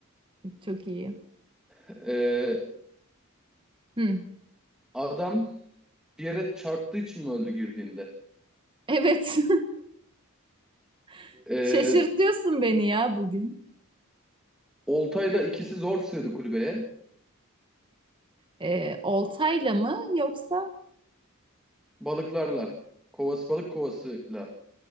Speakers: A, on the right; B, in the centre.
A: Çok iyi.
B: Ee,
A: Hı.
B: adam bir yere çarptığı için mi öldü girdiğinde?
A: Evet, <laughs>
B: Ee,
A: şaşırtıyorsun beni ya bugün.
B: oltayla ikisi zor sığdı kulübeye.
A: Ee, oltayla mı yoksa?
B: Balıklarla. Kovası balık kovasıyla.